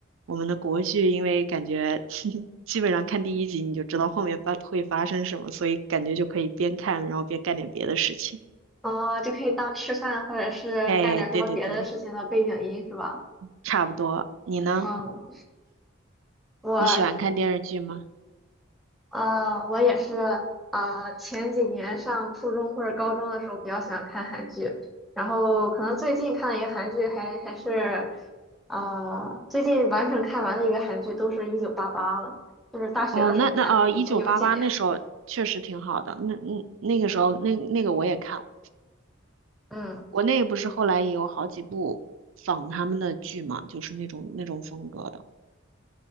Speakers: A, on the right (about 70°); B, in the centre.
A: 我们的国剧，因为感觉 <laughs> 基本上看第一集你就知道后面发会发生什么，所以感觉就可以边看然后边干点别的事情。
B: 哦，就可以当吃饭或者是干点什么别的事情的背景音是吧？
A: 哎，对对对，差不多。你呢？
B: 嗯，我
A: 你喜欢看电视剧吗？
B: 呃我也是呃前几年上初中或者高中的时候比较喜欢看韩剧，然后可能最近看的一个韩剧还还是呃最近完整看完的一个韩剧都是一九八八了，就是大学的时候看，
A: 哦，那那啊，一九八八那时候确实挺好的，
B: 已经有几年。
A: 那那那个时候那那个我也看了，
B: 嗯。
A: 我那个不是后来也有好几部仿他们的剧嘛，就是那种那种风格的。